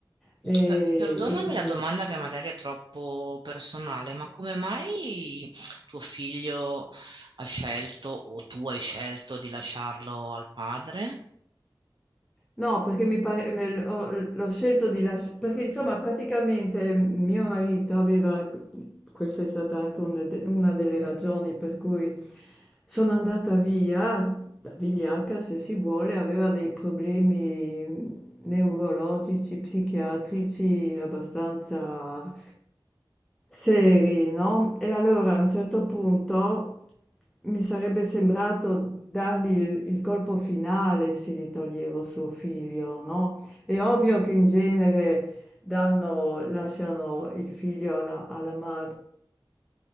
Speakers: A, in the centre; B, on the right.
A: E,
B: Per- Perdonami
A: e così.
B: la domanda che magari è troppo personale, ma come mai tuo figlio ha scelto o tu hai scelto di lasciarlo al padre?
A: No, perché mi pare me l ho l l'ho scelto di lascia perché insomma praticamente mio marito aveva q questa è stata anche un de una delle ragioni per cui sono andata via, da vigliacca se si vuole, aveva dei problemi neurologici, psichiatrici abbastanza seri, no? E allora a un certo punto mi sarebbe sembrato dargli il, il colpo finale se gli toglievo suo figlio, no? È ovvio che in genere danno, lasciano il figlio alla, alla madre,